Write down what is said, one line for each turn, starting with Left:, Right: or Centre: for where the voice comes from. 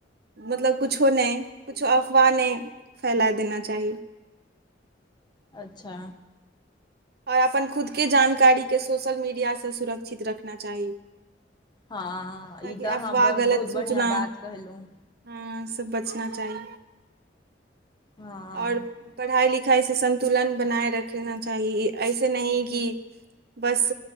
Right: मतलब कुछो नहि कुछो अफवाह नहि फैला देना चाही
Left: अच्छा
Right: ओर अपन खुदके जानकारीके सोशल मीडियासे सुरक्षित रखना चाही
Left: हँ
Right: ताकि
Left: ई तऽ अहाँ
Right: अफवाह
Left: बहुत
Right: गलत
Left: बहुत
Right: सूचना
Left: बढ़िआँ बात कहलहुँ
Right: ह्म बचना चाही
Left: हँ
Right: ओर पढ़ाई लि खाई संन्तुलन बनाए रखना चाही ऐसे नहि कि बस